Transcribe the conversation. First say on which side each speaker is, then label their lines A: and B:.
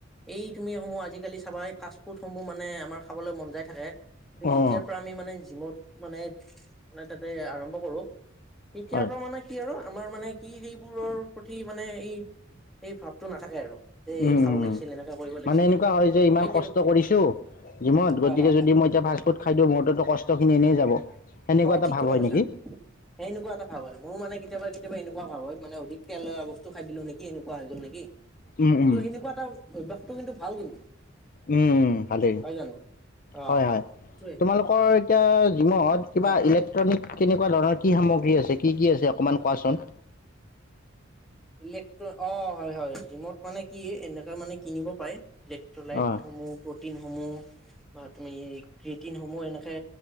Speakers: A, in the centre; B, on the left (about 45°).
A: এই তুমিসমূহ আজিকালি চাবাই ফাষ্ট ফুডসমূহ মানে আমাৰ খাবলৈ মন যায় থাকে কি
B: অঁ,
A: যেতিয়াৰ পৰা আমি মানে জিমত মানে মানে তাতে আৰম্ভ কৰো তেতিয়াৰ
B: হয়।
A: পৰা মানে কি আৰু আমাৰ মানে কি সেইবোৰৰ প্ৰতি মানে এই এই ভাৱটো নাথাকে আৰু এই
B: উম,
A: খাব
B: উম,
A: লাগিছিল
B: উম।
A: এনেকা কৰিব লাগিছিল
B: মানে এনেকুৱা হয় যে ইমান
A: সেই তেনেকুৱা
B: কষ্ট কৰিছোঁ জিমত গতিকে
A: হয় হয়
B: যদি
A: হয়
B: মই এতিয়া ফাষ্টফুড খাই দিওঁ মোৰতোতো কষ্টখিনি এনেই যাব সেনেকুৱা
A: অ
B: এটা
A: ঠিক
B: ভাৱ
A: কথা
B: হয়
A: কৈছা
B: নেকি?
A: সেই এনেকুৱা এটা ভাৱ আহে মোৰো মানে কেতিয়াবা কেতিয়াবা এনেকুৱা ভাৱ হয় মানে অধিক তেল বস্তু খাই দিলো নিকি এনেকুৱা হৈ গল নিকি
B: উম,
A: কিন্তু
B: উম,
A: সেনেকুৱা এটা অভ্যসটো কিন্তু ভাল কিন্তু
B: উম ভালেই
A: হয় জানো অ
B: হয় হয়
A: সেইটোৱে
B: তোমালোকৰ এতিয়া জিমত কিবা
A: হয়
B: ইলেক্ট্ৰন নিক কেনেকুৱা ধৰণৰ কি সামগ্ৰী আছে কি কি আছে অকমান কোৱাচোন
A: ইলে্ট্ৰ অ হয় হয় জিমত মানে কি এনেকা মানে কিনিব পাৰে ইলেক্ট্ৰ লাইটসমূহ
B: অঁ,
A: প্ৰটিনসমূহ বা তুমি ক্ৰেটিনসমূহ এনেকে